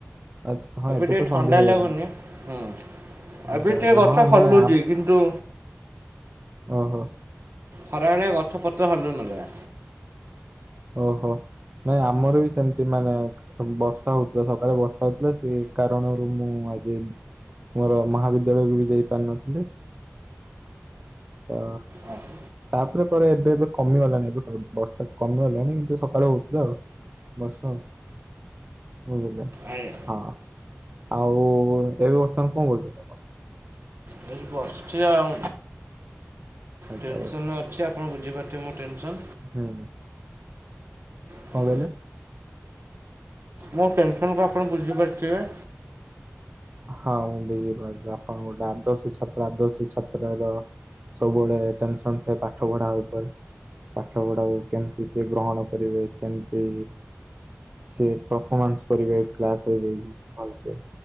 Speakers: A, on the right; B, on the right.
A: ଆଛା ହଁ ଏବେ
B: ଟିକେ
A: ତ
B: ଥଣ୍ଡା
A: ସନ୍ଧ୍ୟା ହେଇଗଲାଣି।
B: ଲାଗୁନି ହୁଁ ଏବେ
A: ଆଚ୍ଛା ଆଚ୍ଛା
B: ଟିକେ ଗଛ
A: ହଁ
B: ହଲୁଛି
A: ନାଇଁ ଆମ୍-
B: କିନ୍ତୁ
A: ଓ ହୋ।
B: ଖରାବେଳେ ଗଛପତ୍ର ହଲୁ ନଥିଲା।
A: ଓହୋ। ନାଇଁ ଆମର ବି ସେମତି ମାନେ ବର୍ଷା ହଉଥିଲା, ସକାଳେ ବର୍ଷା ହଉଥିଲା ସେ କାରଣରୁ ମୁଁ ଆଜି ମୋର ମହାବିଦ୍ୟାଳୟକୁ ବି ଯାଇ ପାରିନଥିଲି। ତ
B: ଆଜ୍ଞା
A: ତାପରେ ପରେ ଏବେ ଏବେ କମିଗଲାଣିି ଏବେ ବର୍ଷା କ କମିଗଲାଣି କିନ୍ତୁ ସକାଳୁ ହଉଥିଲା ଆଉ ବର୍ଷା ଆଉ। <unintelligible>
B: ଆଜ୍ଞା
A: ହଁ। ଆଉ ଏବେ ବର୍ତ୍ତମାନ କଣ କରୁଚନ୍ତି ଆପଣ?
B: ଏଠି ବସିଛି ଆଉ
A: ଆଚ୍ଛା
B: ଟେନ୍‌ସନ୍‌ରେ ଅଛି ଆପଣ ବୁଝିପାରୁଥିବେ ମୋ ଟେନ୍‌ସନ୍‌।
A: ହୁଁ ହୁଁ କଣ
B: ହୁଁ
A: କହିଲେ?
B: ମୋ ଟେନ୍‌ସନ୍‌ କୁ ଆପଣ ବୁଝିପାରିଥିବେ।
A: ହଁ ମୁଁ ବୁଝିପାରୁଛି ଆପଣ ଗୋଟେ ଆଦର୍ଶଛାତ୍ର ଆଦର୍ଶଛାତ୍ର ର ସବୁବେଳେ ଟେନ୍‌ସନ୍‌ ଥାଏ ପାଠ ପଢା ଉପରେ। ପାଠପଢାକୁ କେମ୍ତି ସେ ଗ୍ରହଣ କରିବେ? କେମ୍ତି ସେ ପ୍ରଫମାନ୍ସ କରିବେ କ୍ଲାସରେ ଯାଇକି ଭଲସେ